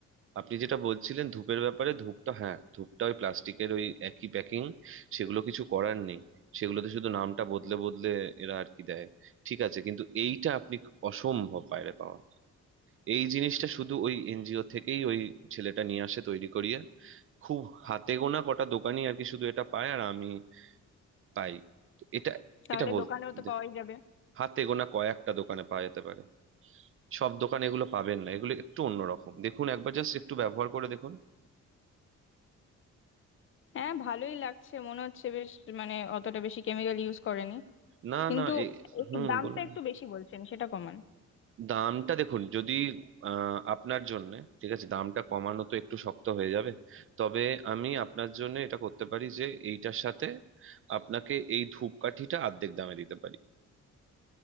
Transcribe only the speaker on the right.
আপনি যেটা বলছিলেন ধূপের ব্যাপারে ধূপটা হ্যাঁ ধূপটা ওই প্লাস্টিকের ওই একই প্যাকিং সেগুলো কিছু করার নেই সেগুলোতে শুধু নামটা বদলে বদলে এরা আর কি দেয় ঠিক আছে কিন্তু এইটা আপনি অসম্ভব বাইরে পাওয়া এই জিনিসটা শুধু ওই এনজিও থেকেই ওই ছেলেটা নিয়ে আসে তৈরি করিয়ে খুব হাতে গোনা কটা দোকানি আর কি শুধু এটা পায় আর আমি পাই তো এটা
এটা বলতে
হাতে গোনা কয়েকটা দোকানে পাওয়া যেতে পারে সব দোকানে এগুলো পাবেন না এগুলো একটু অন্যরকম দেখুন একবার জাস্ট একটু ব্যবহার করে দেখুন
না
না এ
হুম
বলুন
দামটা দেখুন যদি আহ, আপনার জন্য ঠিক আছে দামটা কমানো তো একটু শক্ত হয়ে যাবে তবে আমি আপনার জন্য এটা করতে পারি যে এইটার সাথে আপনাকে এই ধূপকাঠিটা অর্ধেক দামে দিতে পারি